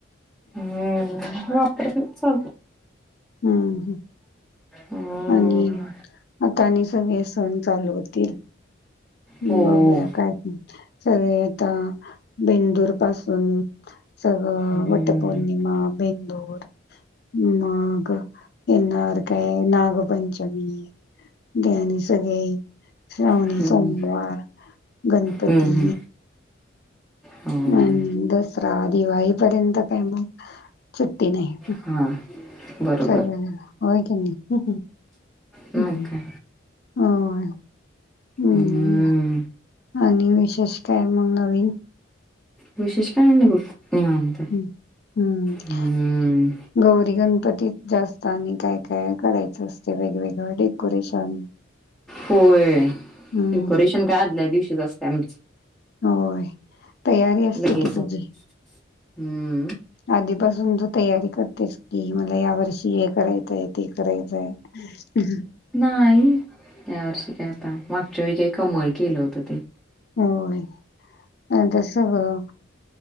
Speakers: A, in the centre; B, on the left (about 50°).
A: हम्म वापरतेत. <unintelligible>
B: हम्म हम.
A: हम्म
B: आणि आता आणि सगळे सण चालू होतील.
A: हो
B: बघूया काय सगळे आता बेंदूर पासून सगळं
A: हम्म.
B: वटपौर्णिमा, बेंदूर मग <unintelligible> नागपंचमी <unintelligible> सगळे श्रावणी
A: हम्म
B: सोमवार गणपती.
A: हम्म होय
B: <unintelligible> दसरा, दिवाळीपर्यंत काही मग सुट्टी नाही.
A: हा बरोबर
B: सगळं होय की नाही,
A: मग
B: हम्म.
A: काय
B: होय. <unintelligible>
A: हम्म
B: आणि विशेष काय मग नवीन?
A: विशेष काय नाही बघ निवांत.
B: हम्म. हम्म.
A: अम्म.
B: गौरी गणपतीत जास्त आणि काय काय करायचं असते वेगवेगळं डेकोरेशन?
A: होय
B: हम्म
A: डेकोरेशन काय आदल्यादिवशीच असते आमचं.
B: होय तयारी असते
A: <unintelligible>
B: की तुझी.
A: हम्म.
B: आधीपासून तू तयारी करतेस की मला या वर्षी हे करायचं ते करायचं आहे
A: नाही या वर्षी काय आता, मागच्या वेळी काय कमळ केलं होत ते.
B: होय, आता सगळं,